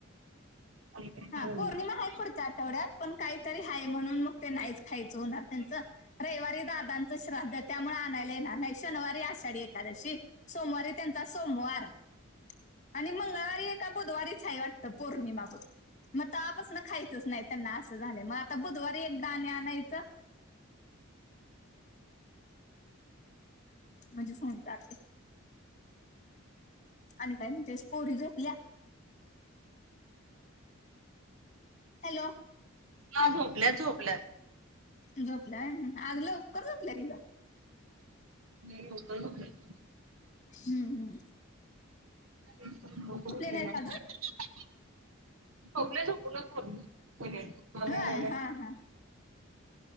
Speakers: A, on the right; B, on the left.
A: आणि काय
B: हां
A: नाही
B: पौर्णिमा
A: बघितलं.
B: आहे पुढच्या आठवड्यात पण काहीतरी आहे म्हणून मग ते नाहीच खायचं होणार त्यांचं. रविवारी दादांचं श्राद्ध त्यामुळे आणायला येणार नाही, शनिवारी आषाढी एकादशी सोमवारी त्यांचा सोमवार आणि मंगळवारी आहे का बुधवारीच आहे वाटतं पौर्णिमा बग. मग तवां पसन खायचंच नाही त्यांना,, असं झालंय, मग आता बुधवारी एकदा आणि आणायचंऽ म्हझी फोन जाते,, आणि काय म्हणतेस पोरी झोपल्या? हॅलो,
A: हां,, झोपल्यात,, झोपल्यात.
B: झोपल्यानं आज लवकर झोपल्या कि गं?
A: नाही लवकर झोपल्या ती.
B: हम्म, हम्,
A: लवकर उठलेली
B: नाहीस
A: गं,
B: अजून
A: झोपल्या झोपुदेऽ कॉल
B: होय
A: याय लागलायऽ
B: हा हा